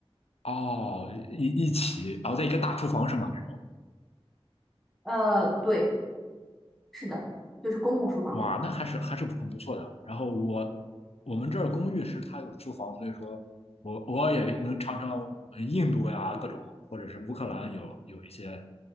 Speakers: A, on the left (about 80°); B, in the centre.
A: 哦，一一起，哦，在一个大厨房是吗？这种，
B: 呃，对，是的，就是公共厨房嘛。
A: 哇，那还是还是很不错的。然后我我们这儿公寓是它有厨房，所以说我我也能尝尝我们印度呀各种，或者是乌克兰有有一些